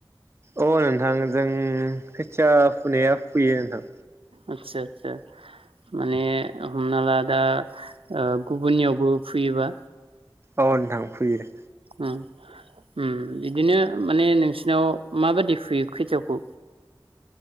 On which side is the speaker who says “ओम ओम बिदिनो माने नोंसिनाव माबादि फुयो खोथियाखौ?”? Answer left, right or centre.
Right